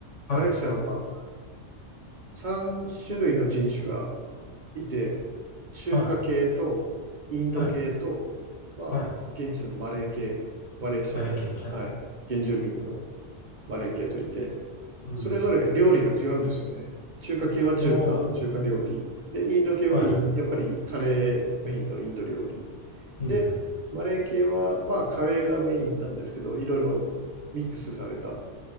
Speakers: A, on the left; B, on the right.
A: はい、
B: マレーシアは3種類の人種がいて、中華系とインド系と、
A: はい、はい、
B: まあ、
A: はい。
B: 現地のマレー系、マレーシアの、
A: マレー系が、はい。
B: はい、原住民のマレー系といて、
A: うん。
B: それぞれ料理が違うんですよね。中華系は中華、
A: おー、
B: 中華料理。で、インド系はインやっぱりカレーメインのインド料理。
A: はい、はい。うん。
B: で、マレー系は、まあカレーがメインなんですけど、いろいろミックスされた